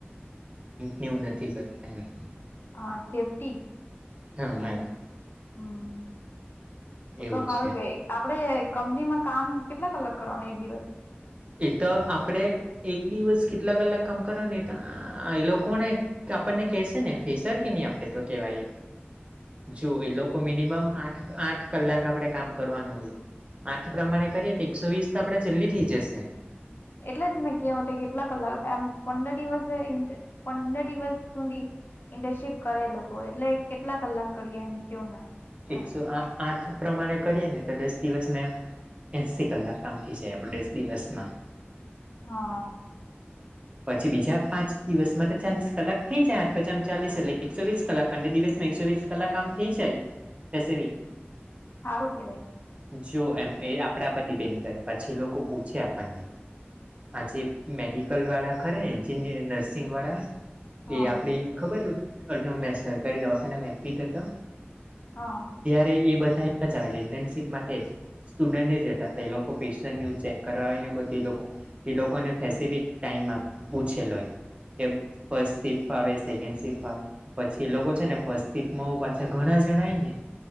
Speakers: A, on the right; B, on the left.
A: કેું નથી કરતા એ
B: હા સેફ્ટી
A: હ લાઈન
B: હમ્મ
A: એવું
B: તો સારું
A: છે
B: કેવાય આપડે કંપનીમાં કામ કેટલા કલાક કરવાનો એક દિવસ
A: એ તો આપણેે એક દિવસ કેટલા કલાક કામ કર્યા ને તો આ એ લોકોને કે આપણને કેહેશે ને ફેસર કે નહી આપડે તો કેવાય જો એ લોકો મિનિમમ આઠ આઠ કલાક આપડે કામ કરવાનું હોય આઠ પ્રમાણે કરીએ તો એકસો વીસ તો આપણેે જલ્દી થથી જશે.
B: એટલે જ મેં કહું કેટલા કલાક એમ પંદર દિવસે પંદર દિવસ સુધી ઇન્ટર્નશીપ કરે લોકો એટલે કેટલા કલાક કરીએ એમકે મેં
A: એકસો
B: એમ
A: આ આઠ પ્રમાણે કરીએ ને તો દસ દિવસ મેં એંસીથી કલાક કામ થઈ જાય આપણે દસ દિવસમાં
B: હા.
A: પછી બીજા પાંચ દિવસમાં તો ચાલીસ કલાક થઈ જાય પછી આમ ચાલીસ એટલે એકસો વીસ કલાક પણ દિવસમાં એકસો વીસ કલાક કામ થઈ જાય પેસિફિક
B: સારું કેવાય
A: જો એમ એ આપણા પર ડિપેન્ડ કરે પછી એ લોકો પૂછે આપણને આજે મેડિકલ વાળા ખરા ને એન્જિનય નર્સિંગ વાળા
B: હા
A: એ આપડી ખબર અમે સરકારી દવાખાનામાં એડમિટ હતા
B: હા.
A: ત્યારે એ બધા જ આવે ઇન્ટર્નશીપ માટે જ સ્ટુડન્ટ ન જ હતા એ લોકો પેશન્ટ ને એવું ચેક કરવા આવે ને બધુ એ લોકો એ લોકોને પેસિફિક ટાઈમ આમ પૂછેલો હોય. એમ ફર્સ્ટ સીટ પાવે સેકન્ડ સીટ પાવે પછી એ લોકો છે ને ફસ્તિતમાં ઓ પાછા ઘણ જણા હે ને